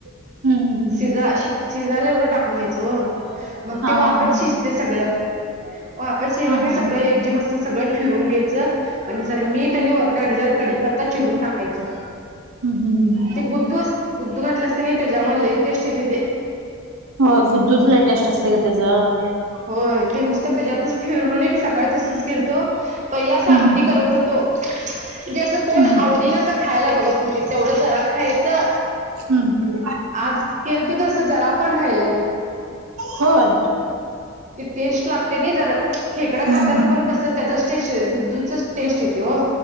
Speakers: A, on the right (about 80°); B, on the right (about 35°).
A: हम्म हम्म
B: शिजा शी शिजायला एवडं टाकून घ्यायचं व मग
A: हा
B: ते वापेत
A: हा
B: शिजते सगळं वापेत शिजललं
A: हा
B: कनयी
A: हा
B: सगळ
A: हा हा
B: एकजी वत चं सगळं फिरून घ्यायचं आणि जरा मीठ आणि वरनं आणि जर कडीपत्ता चिरून टाकायचं.
A: हम्म हम्म हम्म
B: ते गूद्दूस गूदू घाटलं असते नाही ते त्याज्यामुळे लई टेस्ट येते ते.
A: हो गुद्दूच लेटेस्ट असते गं त्याचं.
B: होय ते नुसतं त्याच्यातच फिरवून ही मी सग काय तसच केलतो पहिला सा आमटी
A: हम्म
B: करत होतो. म्हणजे असं कोण
A: हम्म
B: आवडी न असं खायला बघत <unintelligible> तेवढं जरा खायचं.
A: हम्म
B: आज केलतो तसं जरा पण राहिलं नाही.
A: होय
B: ती टेस्ट लागते ना जरा खेकडं
A: हम्म
B: खाताना पण कसं त्याज्यास टेच गुद्दुचा टेस्ट येते ओ.